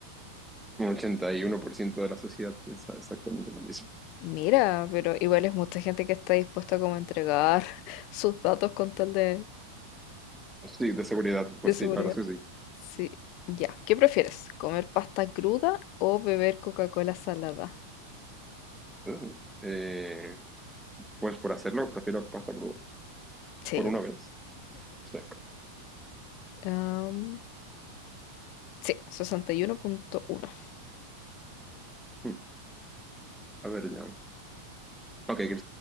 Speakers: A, in the centre; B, on the left.
A: Un 81% de la sociedad piensa exactamente lo mismo.
B: Mira, pero igual es mucha gente que está dispuesta como a entregar <laughs> sus datos con tal de,
A: Sí, de seguridad, pues
B: de seguridad.
A: sí, la verdad es que sí.
B: Sí, ya. ¿Qué prefieres? ¿Comer pasta cruda o beber Coca-Cola salada?
A: Eh, eh, pues por hacerlo, prefiero pasta cruda.
B: Sí,
A: Por
B: yo
A: una
B: también.
A: vez. Sí.
B: Am, sí, sesenta y uno. punto uno.
A: Mm, A ver, ya. Ok, ¿qué,